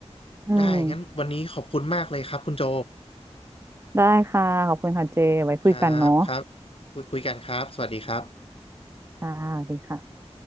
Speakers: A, on the right (about 25°); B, on the left (about 55°).
A: อืม
B: ได้งั้นวันนี้ขอบคุณมากเลยครับคุณโจ
A: ได้ค่ะขอบคุณค่ะเจไว้คุยกันเนาะ
B: ครับครับคุยคุยกันครับสวัสดีครับ
A: ค่ะสวัสดีค่ะ